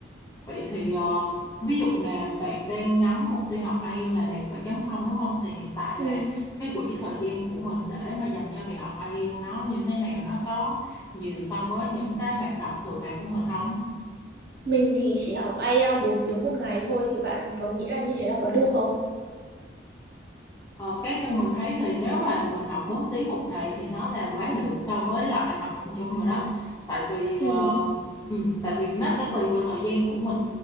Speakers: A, on the left (about 15°); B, on the right (about 55°).
A: vậy thì ờ, ví dụ là bạn đang nhắm mục tiêu học IELTS là đạt bảy chấm không đúng không? Thì hiện tại
B: Ừ.
A: là cái quỹ thời gian của mình để mà dành cho việc học IELTS nó như thế nào? Nó có nhiều so với những cái hoạt động thường ngày của mình không?
B: Mình thì chỉ học IELTS 4 tiếng một ngày thôi thì bạn có nghĩ là như thế là có được không?
A: Ờ, cá nhân mình thấy thì nếu mà mình học 4 tiếng một ngày thì nó là quá được so với lại mặt bằng chung rồi đó tại vì
B: Ừ.
A: ờ, ừ, tại vì nó sẽ tùy vào thời gian của mình